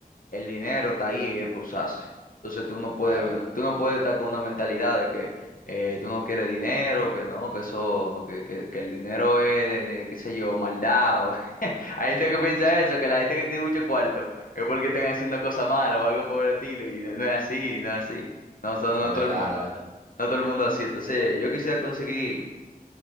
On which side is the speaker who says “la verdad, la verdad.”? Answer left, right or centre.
Right